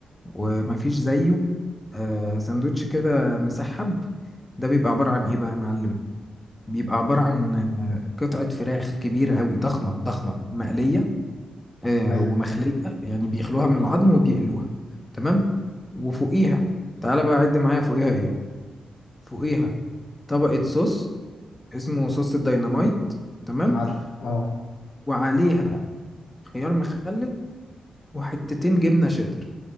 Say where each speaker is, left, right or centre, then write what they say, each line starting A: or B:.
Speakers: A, on the left; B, on the left.
A: ومفيش زيه آه، ساندوتش كده مسحب ده بيبقى عباره عن ايه بقى يا معلم بيبقى عباره عن آه، قطعه فراخ كبيره قوي ضخمه ضخمه مقليه آه،
B: حلو
A: ومخلية يعني بيخلوها من العظم وبيقلوها تمام وفوقيها تعالى بقى عد معايا فوقيها ايه فوقيها طبقة صوص اسمه صوص الديناميت تمام
B: عارف اه
A: وعليها خيار مخلل وحتتين جبنة شيدر